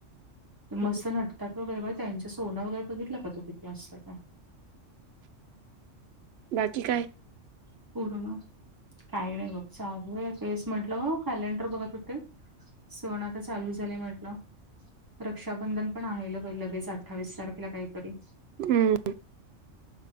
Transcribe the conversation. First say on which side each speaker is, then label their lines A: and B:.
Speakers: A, on the right; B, on the right.
A: मस्त
B: हो.
A: नटतात वगैरे ब त्यांचे सोनं वगैरे बघितलं का तो किती असतं
B: बाकी काय?
A: पूर्ण काही नाही. बघ चालू आहे तेेस म्हंटलं ग कॅलेंडर बघत होते. सन आता चालू झालंय म्हटलं. रक्षाबंधन पण आहे ल लगेच अठ्ठावीस तारखेला काहीतरी,
B: हम्म